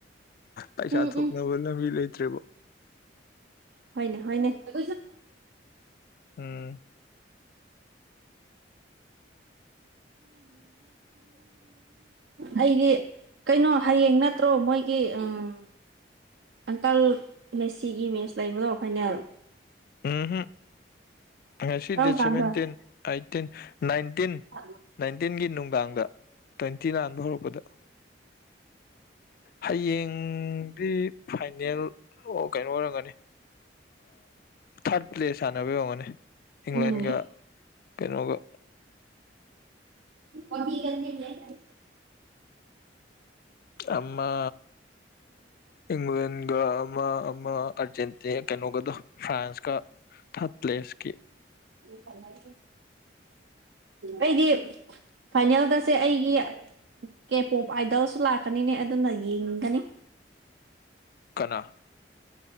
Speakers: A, on the left; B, on the right.
A: ꯄꯩꯁꯥ
B: ꯎꯝ
A: ꯊꯣꯛꯅꯕ
B: ꯎꯝ
A: ꯂꯝꯕꯤ ꯂꯩꯇ꯭ꯔꯦꯕ
B: ꯍ ꯍꯅꯦ ꯍꯅꯦ ꯀ
A: ꯎꯝ
B: ꯑꯩꯗꯤ ꯀꯩꯅꯣ ꯍꯌꯦꯡ ꯅꯠꯇ꯭ꯔꯣ ꯃꯣꯏꯒꯤ ꯎꯝ ꯑꯪꯀꯜ ꯃꯦꯁꯤꯒꯤ ꯃꯦꯠꯆ ꯂꯩꯕꯗꯣ ꯐꯥꯏꯅꯜ
A: ꯎꯝꯝ ꯉꯁꯤ
B: ꯀꯔꯝ
A: ꯗꯦꯠ
B: ꯀꯥꯟꯗ
A: ꯁꯚꯦꯟꯇꯤꯟ ꯑꯩꯠꯇꯤꯟ ꯅꯥꯏꯟꯇꯤꯟ
B: ꯍꯂꯣ <unintelligible>
A: ꯅꯥꯏꯟꯇꯤꯟꯒꯤ ꯅꯨꯡꯗꯥꯡꯗ ꯇ꯭ꯋꯦꯟꯇꯤ ꯅꯥꯟꯕ ꯍꯧꯔꯛꯄꯗ ꯍꯌꯦꯡꯗꯤ ꯐꯥꯏꯅꯦꯜ ꯀꯩꯅꯣ ꯑꯣꯏꯔꯝꯒꯅꯤ ꯊꯥꯔꯠ ꯄ꯭ꯂꯦꯁ ꯁꯥꯟꯅꯕ ꯌꯝꯒꯅꯤ ꯏꯪꯂꯦꯟꯒ
B: ꯎꯝ
A: ꯀꯩꯅꯣꯒ
B: ꯑꯣ ꯀ ꯀꯅꯤꯦ <unintelligible>
A: ꯑꯃ ꯏꯪꯂ꯭ꯂꯦꯟꯒ ꯑ ꯑ ꯑꯔꯖꯦꯟꯇ ꯑ ꯀꯩꯅꯣꯒꯗꯣ ꯐ꯭ꯔꯥꯟꯁꯀ ꯊꯥꯔꯠ ꯄ꯭ꯂꯦꯁꯀꯤ
B: ꯀꯟꯥꯏ ꯑꯩꯗꯤ ꯐꯥꯏꯅꯦꯜꯗꯁꯦ ꯑꯩꯒꯤ ꯀꯦꯄꯣꯞ ꯑꯥꯏꯗꯜꯁꯨ ꯂꯥꯛꯀꯅꯤꯅꯦ ꯑꯗꯨꯅ ꯌꯦꯡꯅꯤꯡꯒꯅꯤ
A: ꯀꯅꯥ